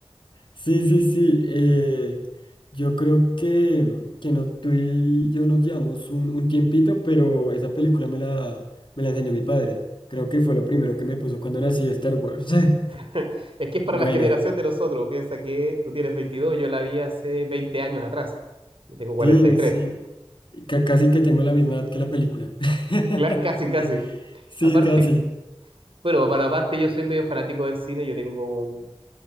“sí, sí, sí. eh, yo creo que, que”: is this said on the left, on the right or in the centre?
Left